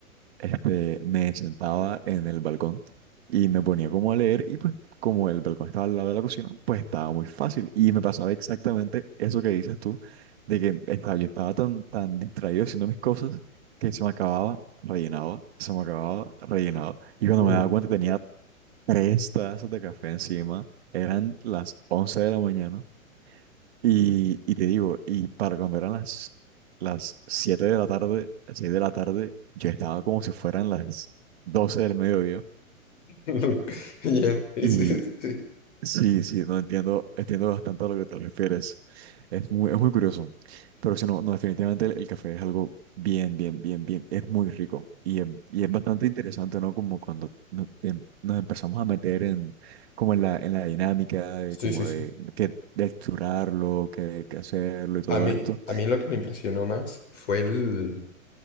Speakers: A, on the right; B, on the left.
A: este, me sentaba en el balcón y me ponía como a leer y pues como el balcón estaba al lado de la cocina, pues estaba muy fácil y me pasaba exactamente eso que dices tú, de que estaba, yo estaba tan, tan distraído haciendo mis cosas que se me acababa, rellenaba, se me acababa, rellenaba y cuando
B: ujú.
A: me daba cuenta tenía tres tazas de café encima, eran las 11 de la mañana y, y te digo, y para cuando eran las, las 7 de la tarde, 6 de la tarde, yo estaba como si fueran las 12 del mediodía.
B: <laughs> Ya, es-
A: Y
B: es- sí,
A: sí, sí, no entiendo, entiendo bastante a lo que te refieres. Es muy, es muy curioso. Pero si no, no, definitivamente el, el café es algo bien, bien, bien, bien, es muy rico. Y, em- y es bastante interesante, ¿no? Como cuando nos, em- nos empezamos a meter en, como en la, en la dinámica de,
B: sí,
A: como
B: sí. sí.
A: de, que, de texturarlo, que, que hacerlo y todo
B: A mí,
A: esto.
B: a mí lo que me impresionó más fue el